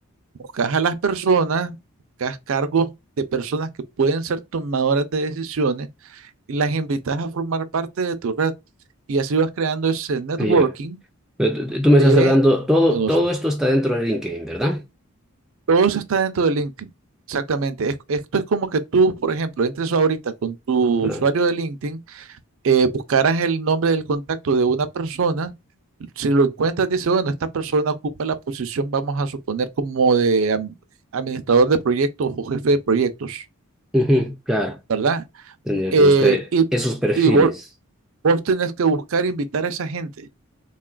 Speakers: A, on the right (about 65°); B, in the centre.
A: Buscas a las personas, buscas cargos de personas que pueden ser tomadoras de decisiones y las invitas a formar parte de tu red. Y así vas creando ese networking
B: ya. Eh, Tú tú me
A: de
B: estás hablando, todo,
A: negocios.
B: todo esto está dentro de LinkedIn, ¿verdad?
A: Todo eso está dentro de LinkedIn. Exactamente. Es- esto es como que tú, por ejemplo, entres ahorita con tu
B: Claro.
A: usuario de LinkedIn, eh, buscaras el nombre del contacto de una persona. Si lo encuentras, dice, bueno, esta persona ocupa la posición, vamos a suponer, como de am- administrador de proyectos o jefe de proyectos,
B: Ujú, claro,
A: ¿verdad?
B: tendría
A: Eh,
B: que buscar
A: y
B: esos perfiles.
A: y vos, vos tenés que buscar e invitar a esa gente.